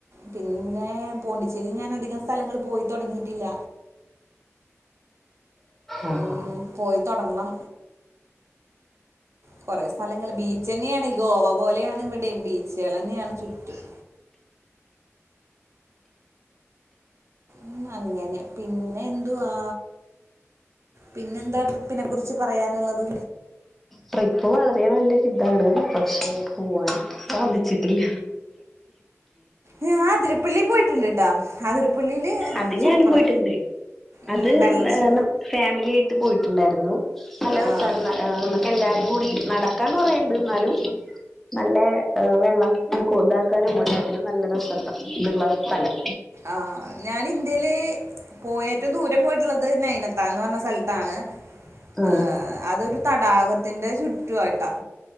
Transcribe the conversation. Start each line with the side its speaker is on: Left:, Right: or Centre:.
Right: പിന്നെ പോണ്ടിച്ചേരി ഞാൻ അധികം സ്ഥലങ്ങൾ പോയി തുടങ്ങിയിട്ടില്ല
Centre: ആഹ
Right: ഉം പോയി തൊടങ്ങണം കുറെ സ്ഥലങ്ങള് ബീച്ച് തന്നെയാണ് ഗോവ പോലെയാണ് ഇവിടെയും ബീച്ചുകൾ തന്നെയാണ് ചുറ്റും മ്മ്ഹ് അങ്ങനെ പിന്നെ എന്തുവാ പിന്നെന്താ ട്രിപ്പിനെ കുറിച്ച് പറയാനുള്ളത്
Centre: ട്രിപ്പ് വളരെ നല്ലൊരു ഇതാണ് പക്ഷെ പോവാൻ സാധിച്ചിട്ടില്ല
Right: ഞാൻ അതിരപ്പള്ളി പോയിട്ടുണ്ട് ട്ടാ അതിരപ്പള്ളിയില്
Centre: അത്
Right: സൂപ്പറാ
Centre: ഞാനും പോയിട്ടുണ്ട്
Right: ഉം
Centre: അത്
Right: വെള്ളച്ച
Centre: ഫാമിലി ആയിട്ട് പോയിട്ടുണ്ടായിരുന്നു നല്ല
Right: ആഹ്
Centre: രസണ്ടാർന്നു ആഹ് നമുക്ക് എല്ലാരും കൂടി നടക്കാൻ കുറേയിണ്ട് എന്നാലും നല്ല വെള്ളം കൊ താക്കാനും <unintelligible> ഇതുള്ള സ്ഥലം
Right: ആഹ് ഞാൻ ഇന്ത്യയില് പോ ഏറ്റവും ദൂരം പോയിട്ടുള്ളത് നൈനത്താൽ എന്ന് പറഞ്ഞ സ്ഥലത്താണ്
Centre: ഉം
Right: ഏ അതൊരു തടാകത്തിന്റെ ചുറ്റു ആയിട്ടാ